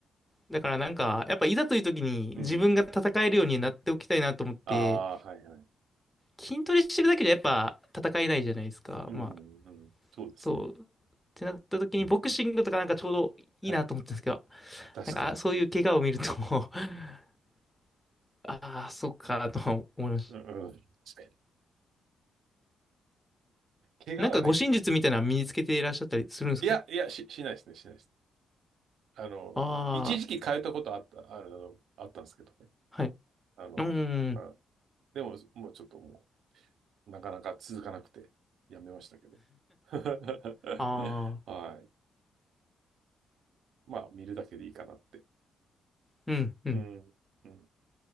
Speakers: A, in the centre; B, on the right.
A: だからなんか、やっぱいざという時に自分が戦えるようになっておきたいなと思って、
B: うん。ああ、はいはい。
A: 筋トレしてるだけじゃやっぱ戦えないじゃないですか。
B: うん、
A: まあ、
B: うん。そうですね。
A: そう。ってなった時にボクシングとかなんかちょうどいいなと思ったんですけど、
B: はい。確かに。
A: なんか、あそういう怪我を見ると <laughs> ああ、そっか、とは思いました。
B: <laughs> うん、うん。確かに。怪我はね。
A: なんか、護身術みたいなの身につけていらっしゃったりするんですか
B: いや、いや、し、しないですね、しないです。あの、
A: あ
B: 一時期通ったことあった、あれだの、あったんですけどね。
A: あー、はい。
B: あの、
A: うーん、
B: あでも、もうちょっともう、なかなか続かなくて、やめましたけど。<laughs>
A: ああ、
B: はい。まあ、見るだけでいいかなって。
A: うん、うん。
B: うん。うん。